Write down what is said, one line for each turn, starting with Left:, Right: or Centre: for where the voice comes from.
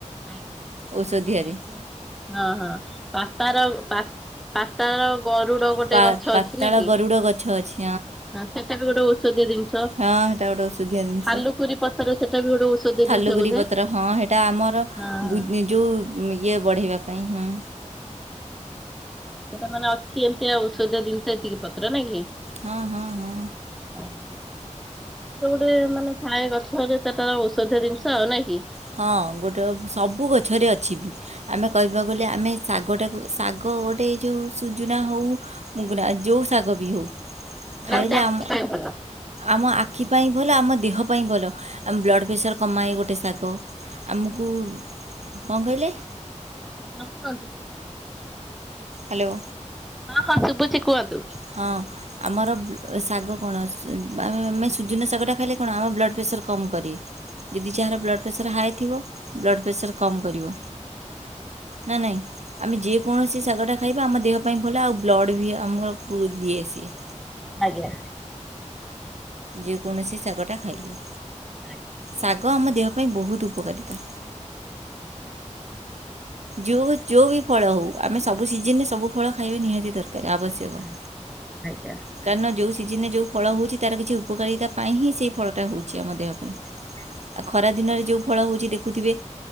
Centre: ହଁ
Right: ଔଷଧିଆରେ
Centre: ହଁ ପାପାର ପାତାଳ ଗରୁଡ ଗୋଟେ
Right: ପା
Centre: ଗଛ
Right: ପାତାଳ
Centre: ଅଛି ନାଇ କି,
Right: ଗରୁଡ଼ ଗଛ ଅଛି
Centre: ହଁ ସେଟା ବି ଗୋଟେ ଔଷଧ ଔଷଧୀୟ ଜିନିଷ,
Right: ହଁ ହେଟା ଗୋଟେ ଔଷଧୀୟ ଜିନିଷ
Centre: ଥାଲୁକୁରି ପତ୍ର ସେଟା ବି ଗୋଟେ ଔଷଧୀୟ
Right: ଥାଲୁଗୁରି
Centre: ଜିନିଷ ବୋଧେ?
Right: ପତ୍ର ହଁ ହେଟା ଆମର
Centre: ହଁ
Right: ବୁ ଜି ଯଉ ଇଏ ବଢ଼େଇବା ପାଇଁ ହଁ।
Centre: ସେଟା ମାନେ ଅଛି ଏମିତିଆ ଔଷଧୀୟ ଜିନିଷ ଏତିକି ପତ୍ର ନାଇଁ କି।
Right: ହଁ ହଁ ହଁ।
Centre: ଗୋଟେ ଗୋଟେ ମାନେ ଥାଏ ଗଛ ଯେ ତାର ଔଷଧୀୟ ଜିନିଷ ନାଇଁ କି।
Right: ହଁ ଗୋଟେ ସବୁ ଗଛରେ ଅଛି ବି। ଆମେ କହିବାକୁ ଗଲେ ଆମେ ଶାଗଟାକୁ ଶାଗ ଗୋଟେ ଏ ଯୋଉ ସୁଜୁନା ହଉ ମୁଗୁନା ଯୋଉ ଶାଗ ବି ହଉ,
Centre: ସେଇଟା
Right: ଖାଇଲେ
Centre: ହଉଛି ଆଖି
Right: ଆମ
Centre: ପାଇଁ ଭଲ।
Right: ଆମ ଆଖି ପାଇଁ ଭଲ। ଆମ ଦେହ ପାଇଁ ଭଲ। ଆମ ବ୍ଲଡ଼ ପ୍ରେସର୍ କମାଏ ଗୋଟେ ଶାଗ। ଆମକୁ, କଣ କହିଲେ?
Centre: <unintelligible>
Right: ହାଲୋ।
Centre: ହଁ ହଁ ଶୁଭୁଚି କୁହନ୍ତୁ।
Right: ହଁ। ଆମର ଶାଗ କଣ ଆସୁ ଆମେ ସୁଜୁନା ଶାଗଟା ଖାଇଲେ କଣ ଆମ ବ୍ଲଡ଼ ପ୍ରେସର କମ୍ କରେ। ଯଦି ଯାହାର ବ୍ଲଡ୍ ପ୍ରେସର୍ ହାଏ ଥିବ ବ୍ଲଡ୍ ପ୍ରେସର୍ କମ୍ କରିବ। ନା ନାଇଁ, ଆମେ ଯେକୌଣସି ଶାଗ ଟା ଖାଇବା ଆମ ଦେହ ପାଇଁ ଭଲ। ଆଉ ବ୍ଲଡ଼୍ ବି ଆମକୁ ଦିଏ ସିଏ।
Centre: ଆଜ୍ଞା।
Right: ଯେକୌଣସି ଶାଗଟା ଖାଇଲେ।
Centre: <unintelligible>
Right: ଶାଗ ଆମ ଦେହ ପାଇଁ ବହୁତ୍ ଉପକାରିତା। ଯୋଉ ଯୋଉ ବି ଫଳ ହଉ ଆମେ ସବୁ ସିଜିନ୍ ରେ ସବୁ ଫଳ ଖାଇବା ନିହାତି ଦରକାର ଆବଶ୍ୟକ।
Centre: ଆଜ୍ଞା।
Right: କାରଣ ଯୋଉ ସିଜିନ୍ ରେ ଯୋଉ ଫଳ ହଉଚି ତାର କିଛି ଉପକାରିତା ପାଇଁ ହିଁ ସେଇ ଫଳଟା ହଉ ଚି ଆମ ଦେହ ପାଇଁ। ଆଉ ଖରା ଦିନରେ ଯୋଉ ଫଳ ହଉଚି ଦେଖୁଥିବେ